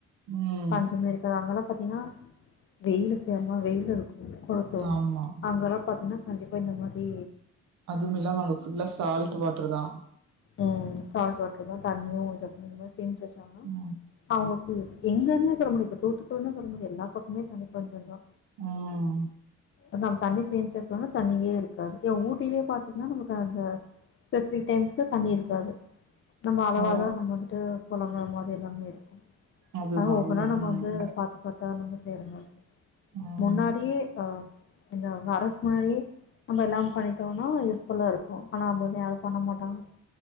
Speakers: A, on the right (about 70°); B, on the left (about 45°).
A: ம்
B: பஞ்சமே இருக்காது அங்கலா பாத்திங்னா வெயிலு செம வெயிலு இருக்கூ கொளுத்தூ
A: ஆமா
B: அங்கெலா பாத்திங்னா கண்டிப்பா இந்த மாதீ
A: அதும் இல்லாம அங்க ஃபுல்லா சால்ட்டு வாட்ருதா
B: உம் சால்டு வாட்ருதா தண்ணியு இத இந்த மாரி சேம்ச்சி வச்சாங்கனா
A: உம்
B: அவங்கக்கு எங்கன்னூ சொல்ல முடியு இப்ப தூத்துக்குடினு சொல்ல முடியாது எல்லா பக்கமே தண்ணி பஞ்சொந்தா
A: உம்
B: அதா தண்ணி சேம்ச்சி வக்லனா தண்ணியே இருக்காது ஏன் ஊட்டீலே பாத்திங்னா நமக்கு அந்த பெஸிஃபிக் டைம்ஸ்ல தண்ணி இருக்காது நம்ம அளவாதா
A: ஓ
B: நம்ம வந்ட்டு பொலங்குற மாரி எல்லாமே இருக்கூ
A: அதுதா
B: அதா ஒவ்வொனா
A: அதுதா
B: நம்ம
A: ம்
B: வந்து பாத்து பத்தா நம்ம செய்ற மார்ருக்கூ
A: ம்
B: முன்னாடியே ஆ இந்த வர முன்னாடியே நம்ம எல்லா பண்ணிட்டோனா யூஸ்ஃபுல்லா இருக்கூ ஆனா அந்த ஒன்னு யாரூ பண்ண மாட்டாங்க